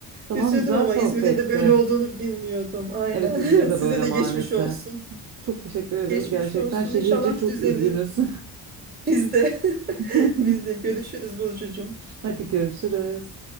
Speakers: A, on the right; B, on the right.
A: Tamam,
B: Üzüldüm
A: güzel
B: ama
A: sohbetti.
B: İzmir'in de böyle olduğunu bilmiyordum aynen.
A: Evet, İzmir'de
B: <laughs> Size
A: böyle
B: de
A: maalesef.
B: geçmiş olsun.
A: Çok teşekkür ederiz
B: Geçmiş
A: gerçekten.
B: olsun
A: Şehirci
B: inşallah
A: çok
B: düzelir.
A: üzgünüz.
B: Biz de
A: <laughs>
B: <laughs> biz de görüşürüz Burcucuğum.
A: Hadi görüşürüz.